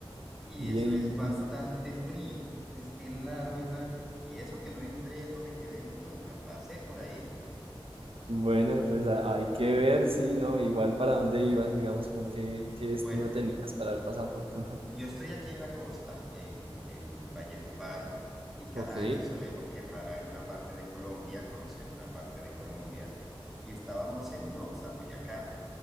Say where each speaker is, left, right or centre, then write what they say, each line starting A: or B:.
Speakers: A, in the centre; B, on the right.
A: Y
B: Bien,
A: eso
B: y,
A: es bastante
B: y-
A: frío, es helado esa. Y eso que no entré, no me quedé en Tunja, pasé por ahí.
B: bueno, pues a- hay que ver, sí, ¿no? Igual para dónde ibas, digamos, con qué, qué destino
A: Bueno,
B: tenías para el pasado por Tunja.
A: Yo estoy aquí en la costa, en, en Valledupar, y cada
B: Ok.
A: año solemos viajar a alguna parte de Colombia, conocer una parte de Colombia, y estábamos en Nopsa, Boyacá.